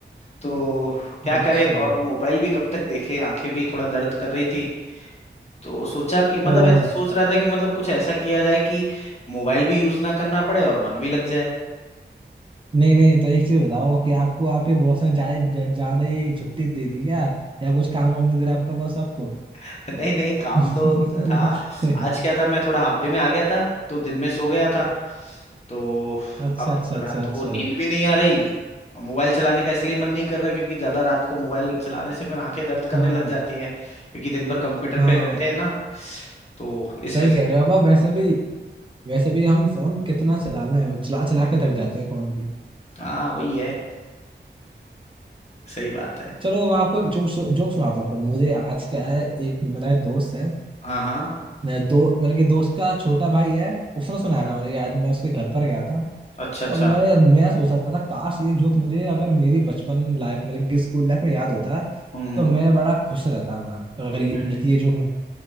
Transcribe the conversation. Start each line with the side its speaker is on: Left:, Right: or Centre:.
Left: तो क्या
Right: अच्छा
Left: करे और मोबाइल भी कब तक देखे आंखें भी थोड़ा दर्द कर रही थी तो सोचा कि मतलब
Right: तो
Left: ऐसे सोच रहा था कि मतलब कुछ ऐसा किया जाए कि मोबाइल भी यूज ना करना पड़े और मन भी लग जाए
Right: नहीं नहीं तो एक चीज बताओ कि आपको आपके बॉस ने ज्यादा ज्या- ज्यादा ही छुट्टी दे दी क्या या कुछ काम वाम नहीं दे रहा आपका बॉस आपको
Left: <laughs> नहीं नहीं काम
Right: <laughs>
Left: तो था आज क्या था मैं थोड़ा हाफ डे में आ गया था तो दिन में सो गया था तो
Right: अच्छा
Left: अब
Right: अच्छा अच्छा
Left: रात
Right: अच्छा
Left: को नींद भी नहीं आ रही और मोबाइल चलाने का इसलिए मन नहीं कर रहा क्योंकि ज्यादा रात को मोबाइल चलाने से फिर आंखें दर्द करने
Right: हाँ
Left: लग जाती हैं क्योंकि दिन भर कंप्यूटर
Right: हाँ
Left: पे रहते हैं ना तो इस
Right: सही
Left: वजह
Right: कह
Left: से
Right: रहे हो अब आप वैसे भी वैसे भी हम फोन कितना चला लें चला चला के थक जाते हैं फोन भी
Left: हाँ वही है सही बात है
Right: चलो मैं आपको एक जोक जोक सुनाता हूँ फिर मुझे आज क्या है एक मेरा एक दोस्त है
Left: हाँ हाँ
Right: मेरा दो मतलब कि दोस्त का छोटा भाई है उसने सुनाया
Left: अच्छा
Right: था मुझे याद मैं उसके घर पर गया था
Left: अच्छा अच्छा
Right: तो मैं मैं सोच रहा था काश ये जोक मुझे अगर मेरी बचपन लाइफ मतलब कि स्कूल लाइफ में याद होता
Left: हम्म हम्म
Right: तो मैं बड़ा खुश रहता मैं अगर ये
Left: हम्म,
Right: मतलब कि ये जोक मुझे